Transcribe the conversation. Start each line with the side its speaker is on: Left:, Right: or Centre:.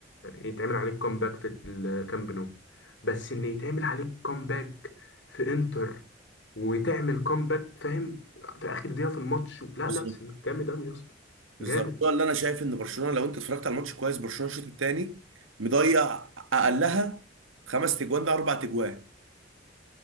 Left: يتعمل عليك كومباك في الكامب نو بس ان يتعمل عليك كومباك في انتر وتعمل كومباك فاهم في اخر دقيقة في الماتش لا
Right: بالظبط
Left: لا سن- جامد قوي يا اسطى
Right: بالظبط
Left: جامد
Right: ده اللي انا شايف ان برشلونه لو انت اتفرجت على الماتش كويس برشلونه الشوط الثاني مضيع اقلها خمس تجوان ده اربع تجوان